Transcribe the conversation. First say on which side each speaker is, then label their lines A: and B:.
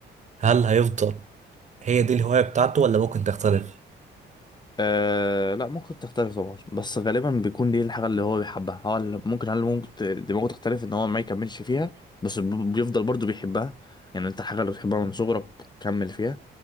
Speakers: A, on the right (about 35°); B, on the left (about 20°).
A: هل هيفضل هي دي الهواية بتاعته ولا ممكن تختلف؟
B: آه لا ممكن تختلف طبعا بس غالبا بيكون دي الحاجه اللي هو بيحبها هو اللي ممكن هل ممكن ت- دماغه تختلف ان هو ما يكملش فيها بس ب- بيفضل برضو بيحبها يعني انت الحاجه اللي بتحبها من صغرك كمل فيها ما